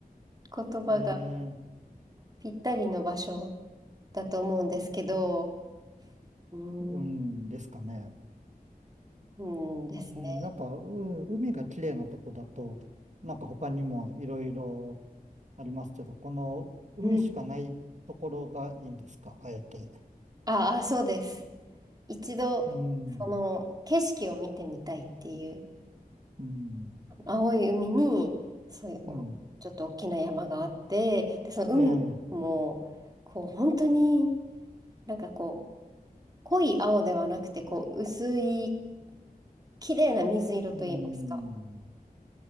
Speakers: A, on the right; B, on the right.
A: う言葉が
B: ええ、
A: ぴったりの場所だと思うんですけど、うーん、
B: うんですかね。
A: うんですね。
B: うん、なんか、う、海が綺麗なとこだと、なんか他にもいろいろありますけど、この海しかないところがいいんですか、
A: うん。
B: あえて。
A: ああ、そうです。一度、
B: うん、
A: その景色を見てみたいっていう
B: うん、
A: 青い海に、そういうお、
B: うん、
A: ちょっと大きな山があって、で、その海の色も、
B: ええ、
A: こう、本当になんかこう、濃い青ではなくて、こう、薄い、綺麗な水色といいますか、
B: うん、